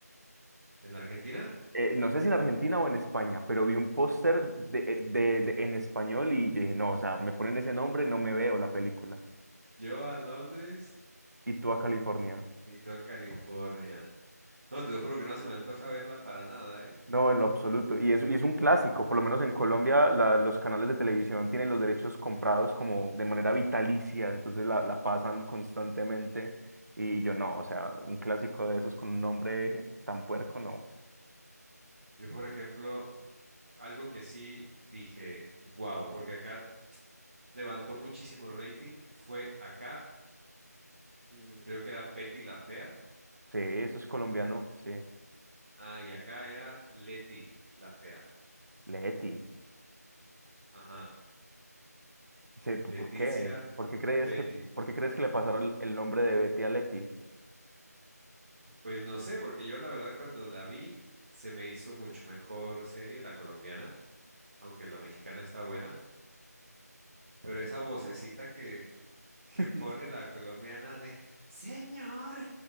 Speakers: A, on the right; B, on the right.
A: en Argentina,
B: eh, no sé si en Argentina o en España, pero vi un póster de, eh, de- de- en español y yo dije, no, o sea, me ponen ese nombre, no me veo la película.
A: yo a Londres
B: Y tú a California.
A: y tú a California. No, te lo juro que no se me antoja verla para nada, ¿eh?
B: No, en lo absoluto. Y es, y es un clásico, por lo menos en Colombia la- los canales de televisión tienen los derechos comprados como de manera vitalicia, entonces la, la pasan constantemente. Y yo no, o sea, un clásico de esos con un nombre tan puerco, no.
A: Yo, por ejemplo, algo que sí dije, wow, porque acá levantó muchísimo rating, fue acá, mm, creo que era Betty la Fea,
B: Sí, eso es colombiano, sí.
A: ah, y acá era Leti la Fea,
B: Leti.
A: ajá,
B: Sí, ¿por
A: Leticia,
B: qué? ¿Por qué crees
A: Betty.
B: que, por qué crees que le pasaron el, el nombre de Betty a Leti?
A: Pues no sé, porque yo la verdad cuando la vi se me hizo mucho mejor serie la colombiana, aunque la mexicana está buena, pero esa vocecita que que
B: <laughs>
A: pone la colombiana de Señor,